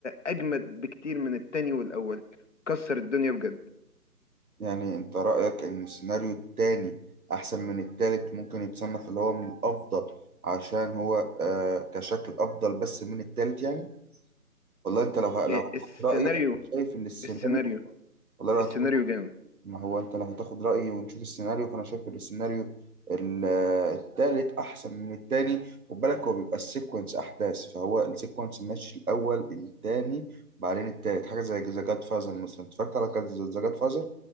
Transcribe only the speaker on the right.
يعني انت رأيك ان السيناريو التاني احسن من التالت ممكن يتصنف اللي هو من الافضل عشان هو آه كشكل افضل بس من التالت يعني والله انت لو ه- لو
هتاخد
رأيي شايف ان السيناريو
والله لو هتاخد
ما هو انت لو هتاخد رأيي ونشوف السيناريو فانا شايف ان السيناريو ال- التالت احسن من التاني خد بالك هو بيبقى السيكونس احداث فهو السيكونس ماشي الاول التاني بعدين التالت حاجة زي ذا جاد فازر مثلا اتفرجت على ذا جاد فازر